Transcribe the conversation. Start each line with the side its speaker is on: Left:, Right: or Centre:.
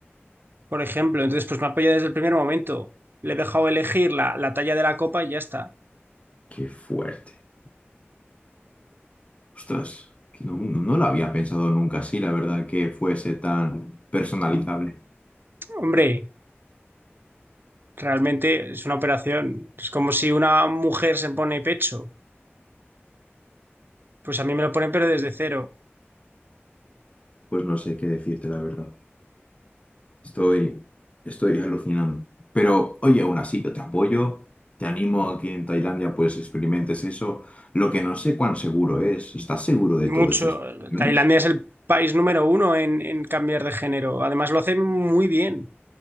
Right: por ejemplo. Entonces pues me apoya desde el primer momento. Le he dejado elegir la, la talla de la copa y ya está.
Left: Qué fuerte. Ostras, que no, no, no lo había pensado nunca así, la verdad, que fuese tan personalizable.
Right: Hombre, realmente es una operación. Es como si una mujer se pone pecho. Pues a mí me lo ponen pero desde cero.
Left: Pues no sé qué decirte, la verdad. Estoy, estoy alucinando. Pero oye, aún así, yo te apoyo, te animo a que en Tailandia pues experimentes eso. Lo que no sé cuán seguro es, ¿estás seguro de
Right: Mucho.
Left: todas estas situaciones?
Right: Tailandia es el país número uno en, en cambiar de género. Además lo hacen muy bien.